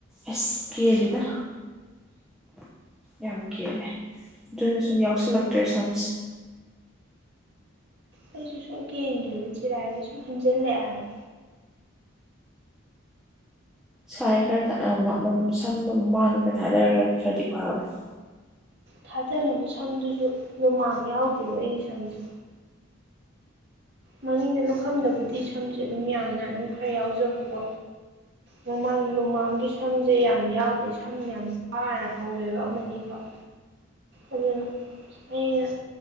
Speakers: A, in the centre; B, on the right.
A: ꯑꯁ ꯀꯦꯜꯂꯤꯗ꯫ ꯌꯥꯝ ꯀꯦꯜꯂꯦ ꯗꯨꯅ ꯁꯨꯝ ꯌꯥꯎꯁꯜꯂꯛꯇ꯭ꯔꯦ ꯁꯝꯁꯦ꯫
B: ꯑꯩꯁꯨ ꯁꯨꯝ ꯀꯦꯟꯒꯤꯕꯖꯦ ꯆꯤꯔꯥꯏꯖꯦ ꯁꯨꯝ ꯍꯟꯖꯜꯂꯛꯑꯦ ꯍꯥꯏꯕ꯫
A: ꯁꯥꯏ ꯈꯔ ꯇ ꯑ ꯃꯃꯝ ꯁꯝꯗꯣ ꯃꯃꯥꯡꯗ ꯈꯔ ꯊꯥꯗꯔꯒꯗꯤ ꯈꯔꯗꯤ ꯐꯕꯅꯤ꯫
B: ꯊꯥꯗꯅꯕ ꯁꯝꯗꯨꯖꯨ ꯂꯨꯃꯥꯡ ꯌꯥꯎꯗꯦꯕ ꯑꯩꯒꯤ ꯁꯝꯖꯦ꯫ ꯃꯅꯤꯡꯗ ꯂꯨꯈꯝꯗꯕꯨꯗꯤ ꯁꯝꯖꯦ ꯑꯗꯨꯝ ꯌꯥꯝꯅ ꯑꯗꯨꯝ ꯈꯔ ꯌꯥꯎꯖꯕꯀꯣ꯫ ꯃꯃꯥꯡ ꯂꯨꯃꯥꯡꯒꯤ ꯁꯝꯖꯦ ꯌꯥꯝ ꯌꯥꯎꯗꯦ ꯁꯝ ꯌꯥꯝ ꯋꯥꯅ ꯍꯧꯋꯦꯕ ꯑꯃꯥꯅꯤ ꯈꯛ ꯑꯗꯨꯅ ꯑꯩꯅ